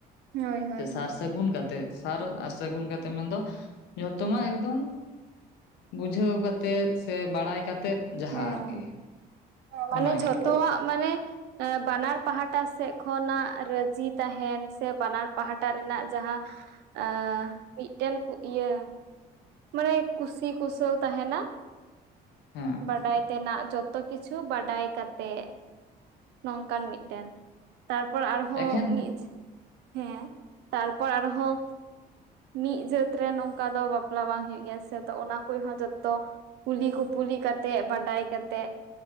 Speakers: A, on the right; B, on the left.
A: ᱦᱳᱭ ᱦᱳᱭ
B: ᱥᱮ ᱥᱟᱨ ᱥᱟᱹᱜᱩᱱ ᱠᱟᱛᱮᱫ ᱥᱟᱨ ᱟᱨ ᱥᱟᱹᱜᱩᱱ ᱠᱟᱛᱮ ᱢᱮᱱ ᱫᱚ ᱡᱚᱛᱚ ᱣᱟᱜ ᱮᱠᱫᱚᱢ ᱵᱩᱡᱷᱟᱹᱣ ᱠᱟᱛᱮᱫ ᱥᱮ ᱵᱟᱲᱟᱭ ᱠᱟᱛᱮᱫ ᱡᱟᱸᱦᱟ
A: ᱦᱮᱸ
B: ᱟᱨᱠᱤ
A: ᱢᱟᱱᱮ
B: ᱚᱱᱟᱜᱮ
A: ᱡᱷᱚᱛᱚᱣᱟᱜ ᱢᱟᱱᱮ ᱵᱟᱱᱟᱨ ᱯᱟᱦᱟᱴᱟ ᱥᱮᱫ ᱠᱷᱚᱱᱟᱜ ᱨᱟᱹᱡᱤ ᱛᱟᱦᱮᱱ ᱥᱮ ᱵᱟᱱᱟᱨ ᱯᱟᱦᱟᱴᱟ ᱨᱮᱱᱟᱜ ᱡᱟᱦᱟᱸ ᱟᱻ ᱢᱤᱫ ᱴᱮᱱ ᱤᱭᱟᱹ ᱢᱟᱱᱮ ᱠᱩᱥᱤ ᱠᱩᱥᱟᱹᱞ ᱛᱟᱦᱮᱱᱟ
B: ᱦᱮᱸ
A: ᱵᱟᱰᱟᱭ ᱛᱮᱱᱟᱜ ᱡᱚᱛᱚ ᱡᱚᱛᱚ ᱠᱤᱪᱷᱩ ᱵᱟᱰᱟᱭ ᱠᱟᱛᱮᱜ ᱱᱚᱝᱠᱟᱱ ᱢᱤᱫ ᱴᱮᱱ ᱛᱟᱨᱯᱚᱨ ᱟᱨᱦᱚᱸ
B: ᱮᱠᱷᱮᱱ
A: ᱢᱤᱫ ᱦᱮᱸ ᱛᱟᱨᱯᱚᱨ ᱟᱨᱦᱚᱸ ᱢᱤᱫ ᱡᱟᱹᱛ ᱨᱮᱱ ᱚᱝᱠᱟ ᱫᱚ ᱵᱟ ᱵᱟᱯᱞᱟ ᱵᱟᱝ ᱦᱩᱭᱩᱜ ᱜᱮᱭᱟ ᱥᱮ ᱛᱚ ᱚᱱᱟ ᱠᱚ ᱦᱚᱸ ᱡᱚᱛᱚ ᱠᱩᱞᱤ ᱠᱩᱯᱩᱞᱤ ᱠᱟᱛᱮᱜ ᱵᱟᱰᱟᱭ ᱠᱟᱛᱮᱜ